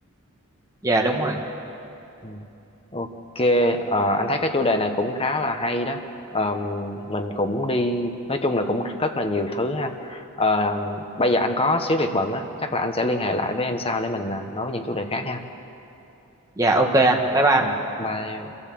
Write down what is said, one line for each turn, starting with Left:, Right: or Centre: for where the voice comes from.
Right: dạ đúng rồi
Left: Ừ. Ok, ờ, anh thấy cái chủ đề này cũng khá là hay đó. Ờm, mình cũng đi, nói chung là cũng rất là nhiều thứ ha. Ờ, bây giờ anh có xíu việc bận á, chắc là anh sẽ liên hệ lại với em sau để mình à, nói những chủ đề khác ha.
Right: dạ ok anh bye bye
Left: Ừ, bye.